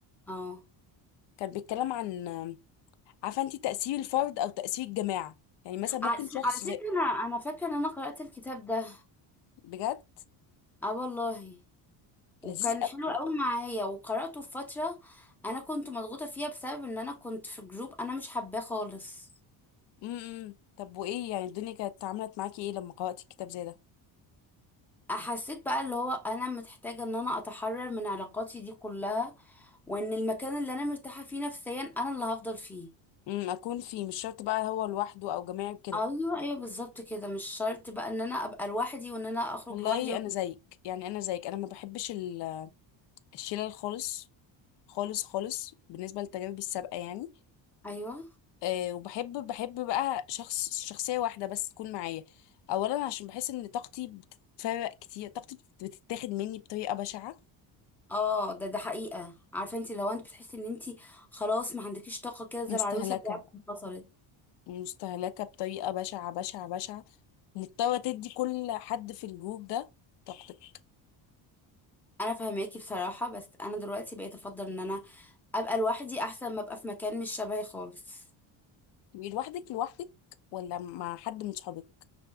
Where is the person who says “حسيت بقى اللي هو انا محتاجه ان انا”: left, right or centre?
Centre